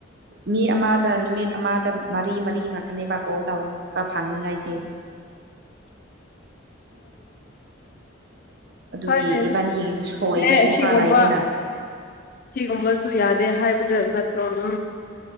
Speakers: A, on the right (about 55°); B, on the left (about 45°).
A: ꯃꯤ ꯑꯃꯗ ꯅꯨꯃꯤꯠ ꯑꯃꯗ ꯃꯔꯤ ꯃꯔꯤ ꯈꯛꯛꯇꯅꯦꯕ ꯀꯣꯜ ꯇꯧꯔꯛꯄ ꯐꯪꯅꯤꯉꯥꯏꯁꯦ ꯑꯗꯨꯒꯤ
B: ꯑ ꯍꯣꯏꯅꯦ
A: ꯏꯕꯥꯅꯤꯒꯤꯁꯨ ꯁꯣꯏꯕꯁꯨ
B: ꯑꯦ ꯁꯤꯒꯨꯝꯕ
A: ꯈꯔ ꯂꯩꯔꯦꯅ
B: ꯁꯤꯒꯨꯝꯕꯁꯨ ꯌꯥꯗꯦ ꯑꯗꯨꯦ ꯍꯥꯏꯕꯠꯇꯣꯅ